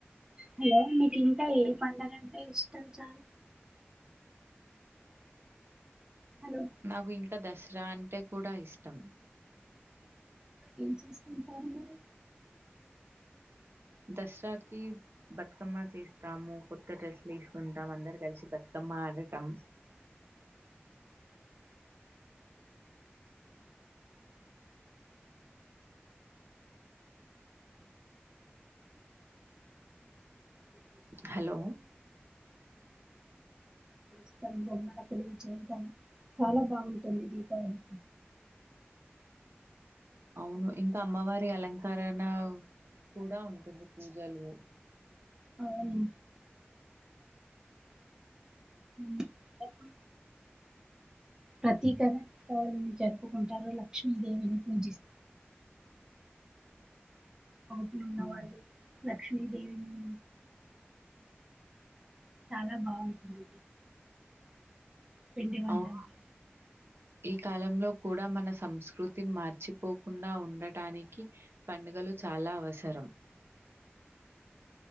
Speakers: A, on the right; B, on the right.
A: హలో మీకు ఇంకా ఏ పండగ అంటే ఇష్టం చాల హలో
B: నాకు ఇంకా దసరా అంటే కూడా ఇష్టం
A: ఏం చేసుకుంటారు మీరు
B: దసరాకి బతుకమ్మ చేస్తాము కొత్త డ్రెస్లు వేసుకుంటాం అందరు కలిసి బతుక మ్మ ఆడటం
A: <unintelligible>
B: హలో
A: జితం బొమ్మల కొలువు చేయటం చాలా బాగుంటుంది దీపావళి
B: అవును ఇంకా అమ్మవారి అలంకారణ కూడా ఉంటుంది పూజలు
A: అవును <unintelligible> ప్రత్యేకంగా దీపావళిని జరుపుకుంటారు లక్ష్మీదేవిని పూజిసు ఒపులు ఉన్నవాళ్ళు
B: ఉమ్,
A: లక్ష్మీదేవిని చాలా బాగుంటుంది పిండి వంటలు
B: అవును ఈ కాలంలో కూడా మన సంస్కృతి మర్చిపోకుండా ఉండటానికి పండు గలు చాలా అవసరం